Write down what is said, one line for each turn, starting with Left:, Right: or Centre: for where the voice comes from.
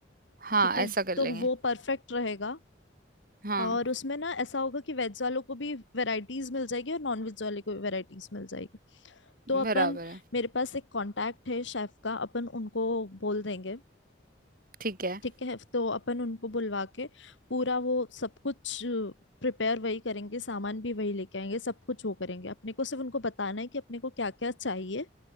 Right: हाँ
Left: ठीक है
Right: ऐसा कर
Left: तो
Right: लेंगे
Left: वो परफेक्ट रहेगा
Right: हाँ
Left: और उसमें ना ऐसा होगा कि वेज वालों को भी वैरायटीज मिल जाएगी और नॉन वेज वाले को भी वैरायटीज मिल जाएगी तो अपन
Right: बराबर है
Left: मेरे पास एक कांटेक्ट है शेफ का अपन उनको बोल देंगे
Right: ठीक है
Left: ठीक है तो अपन उनको बुलवा के पूरा वो सब कुछ प्रिपेयर वही करेंगे सामान भी वही लेके आएंगे सब कुछ वो करेंगे अपने को सिर्फ उनको बताना है कि अपने को क्या क्या चाहिए